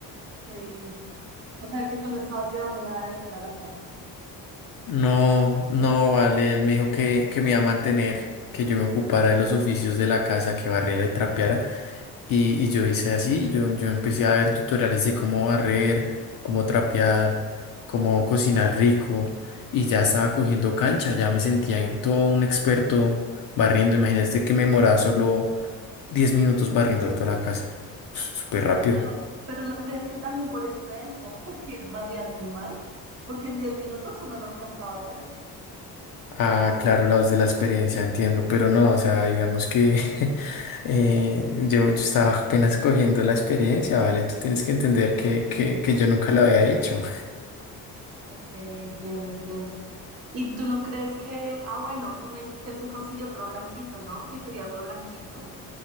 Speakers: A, on the right; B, on the left.
A: Sí. O sea que tú no estabas llevando nada de dinero a la casa.
B: No, no, vale. Él me dijo que, que me iba a mantener, que yo me ocupara de los oficios de la casa, que barriera y trapeara. Y, y yo hice así, yo, yo empecé a ver tutoriales de cómo barrer, cómo trapear, cómo cocinar rico y ya estaba cogiendo cancha, ya me sentía en- todo un experto barriendo. Imagínate que me moraba solo 10 minutos barriendo toda la casa, súper rápido.
A: Pero, pero ¿no crees que también por eso te dejó? Porque barrías muy mal. Porque en 10 minutos uno no alcanza a barrer.
B: Ah, claro, la voz de la experiencia, entiendo, pero no, o sea, digamos que <laughs> eh, yo, yo estaba apenas cogiendo la experiencia, ¿vale? Tú tienes que entender que, que, que yo nunca lo había hecho.
A: Ok, entiendo, entiendo. ¿Y tú no crees que, ah, bueno, tú me dices que él se consiguió otro blanquito, ¿no? Que quería otro blanquito.